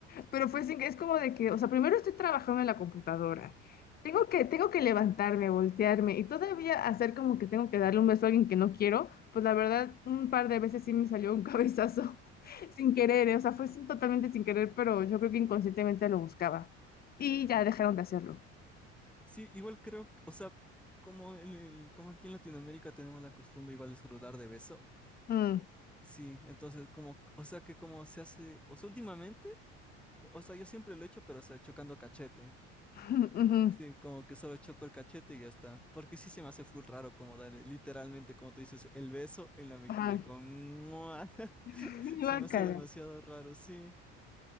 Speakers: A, on the left; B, in the centre.
A: Pero fue sin que es como de que, o sea, primero estoy trabajando en la computadora. Tengo que, tengo que levantarme, voltearme y todavía hacer como que tengo que darle un beso a alguien que no quiero. Pues la verdad, un par de veces sí me salió un cabezazo <laughs> sin querer, ¿eh? o sea, fue sin- totalmente sin querer, pero yo creo que inconscientemente lo buscaba. Y ya
B: Ujú.
A: dejaron de hacerlo.
B: Sí, igual creo, que- o sea, como en el, como aquí en Latinoamérica tenemos la costumbre igual de saludar de beso.
A: Mm.
B: Sí, entonces como, o sea que como se hace, o sea, últimamente, o sea, yo siempre lo he hecho, pero o sea, chocando cachete.
A: <laughs> Ujú.
B: Sí, como que solo choco el cachete y ya está. Porque sí se me hace full raro como darle, literalmente, como tú dices, el beso en la mejilla
A: Ajá.
B: con... ¡mua! <laughs>
A: <laughs>
B: Se
A: Guácala.
B: me hace demasiado raro, sí,